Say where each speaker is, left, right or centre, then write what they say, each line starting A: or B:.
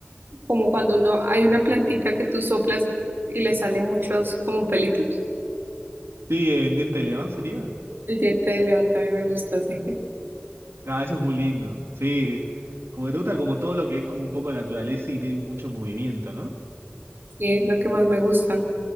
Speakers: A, on the right (about 55°); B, on the right (about 70°).
A: como cuando uno, hay una plantita que tú soplas y le salen muchos como pelitos.
B: Sí, el diente de león sería.
A: El diente de león también me gusta, sí.
B: Ah, eso es muy lindo. Sí, como que te gusta como todo lo que es como un poco de naturaleza y tiene mucho movimiento, ¿no?
A: Sí, es lo que más me gusta.